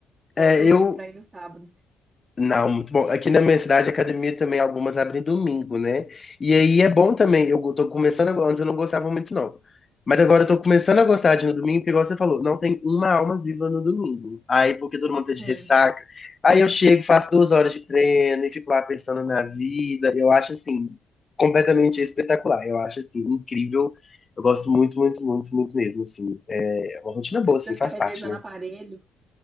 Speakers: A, on the right; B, on the left.
A: Então
B: É,
A: eu aproveito
B: eu,
A: pra ir nos sábados.
B: Não, muito bom. Aqui na minha cidade, a academia também, algumas abrem domingo, né? E aí é bom também. Eu tô começando agora, antes eu não gostava muito, não. Mas agora eu tô começando a gostar de ir no domingo, porque igual você falou, não tem uma alma viva no domingo. Aí, porque todo mundo
A: Sim,
B: tá de ressaca. Aí eu chego, faço duas horas de treino e fico lá pensando na vida. Eu acho, assim, completamente espetacular. Eu acho, assim, incrível. Eu gosto muito, muito, muito, muito mesmo, assim. É uma rotina
A: não precisa
B: boa, assim,
A: ficar
B: faz
A: revezando
B: parte, né?
A: aparelho.